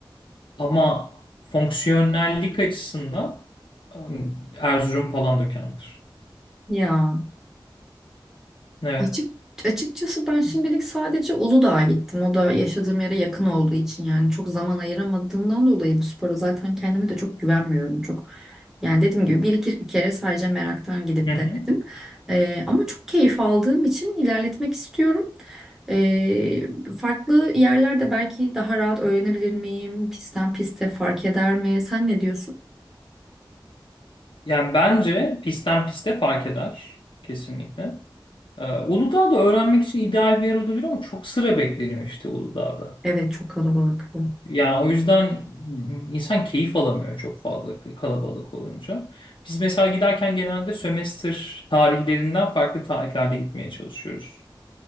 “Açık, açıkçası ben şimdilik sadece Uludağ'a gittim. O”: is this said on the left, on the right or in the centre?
Centre